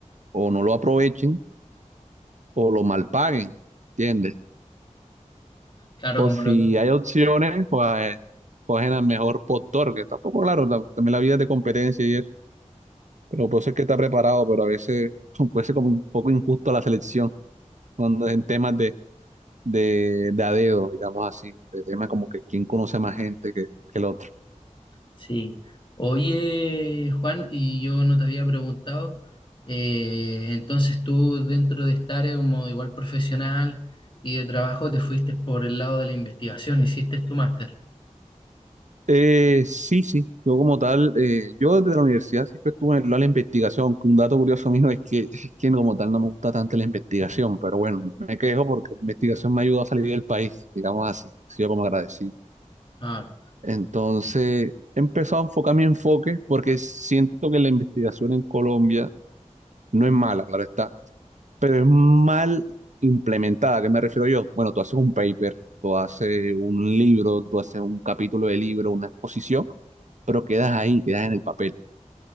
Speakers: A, on the right; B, on the left.
A: o no lo aprovechen o lo mal paguen, ¿entiendes?
B: Claro,
A: O
B: como
A: si
B: lo que...
A: hay opciones, pues cogen al mejor postor, que tampoco, claro, la- también la vida es de competencia y eso, pero puede ser que está preparado, pero a veces <laughs> puede ser como un poco injusto la selección cuando es en temas de de, de a dedo, digamos así, de temas como que quién conoce más gente que, que el otro.
B: Sí. Oye, Juan, y yo no te había preguntado, eh, entonces tú dentro de esta área como igual profesional y de trabajo te fuiste por el lado de la investigación, hiciste tu máster.
A: Eh, sí, sí, yo como tal, eh, yo desde la universidad siempre estuve en el lado de la investigación, aunque un dato curioso mío es que, es que como tal no me gusta tanto la investigación, pero bueno, no me quejo porque la investigación me ayudó a salir del país, digamos así, he sido como agradecido.
B: Ah,
A: Entonces, he empezado a enfocar mi enfoque porque siento que la investigación en Colombia no es mala, claro está, pero es mal implementada. ¿A qué me refiero yo? Bueno, tú haces un paper, tú haces un libro, tú haces un capítulo de libro, una exposición, pero quedas ahí, quedas en el papel.